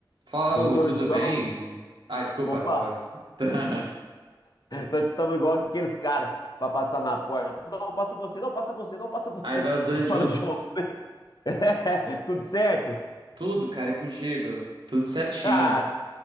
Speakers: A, on the right (about 75°); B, on the left (about 55°).
A: Fala,
B: Doutor
A: Hugo, tudo
B: João,
A: bem? Ah, desculpa.
B: opa,
A: fa- <laughs> Tá.
B: nós estamos igual aqueles caras para passar na porta. Não, passa você, não, passa você, não, passa você.
A: Aí vai os dois
B: <laughs> Fala,
A: junto.
B: João, é, tudo certo?
A: Tudo, cara, é contigo. Tudo certinho.
B: Ah,